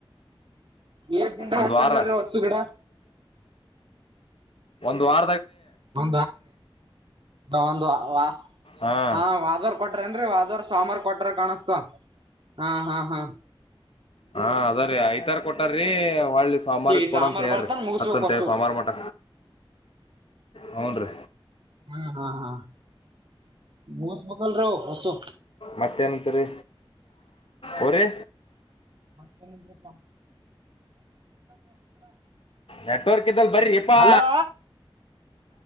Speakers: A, on the right; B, on the left.
A: ಎಷ್ಟ ದಿನ
B: ಒಂದು
A: ಹಚ್ಚಂದ್ರಿ
B: ವಾರ
A: ಹೊಸ್ತು ಗಿಡ
B: ಒಂದು ವಾರ.
A: ಒ ಒ
B: ಹಾ
A: ಹ ವಾದವರ್ ಕೊಟ್ರನ್ೀ ವಾದವರ್ ಸೋಮಾರ ಕೊಟ್ರ ಕಾಣಸ್ತ. ಹಾ ಹಾ ಹಾ.
B: ಹಾ ಅದ್ರೀ ಐ್ತಾರ ಕೊಟಾರ್ರೀ. ಹಳ್ಳಿ ಸಂಬಾರ
A: ಈ
B: ಕೊಡಂತ
A: ಸಾಮಾರ್
B: ಹೇಳಾರಿ
A: ಬರ್ತಾನ ಮುಗಿಸ್ಬೇಕ್
B: ಹತ್ತಂತ
A: ಹೊಸು
B: ಸಂಬಾರು ಮಟ. ಹೂನ್.
A: ಹಾ ಹಾ ಹಾ ಮ ಸ ಮಕಲ್ ರ ಅಸು.
B: ಮತ್ತೇನಂತರಿೀ ಅವರೇ.
A: ಹತ್ತ.
B: ನೆಟ್ವರ್ಕ್ ಇದಲ್ ಬರ್ರಿ ಇಪ್ಪಾ
A: ಹಲೋ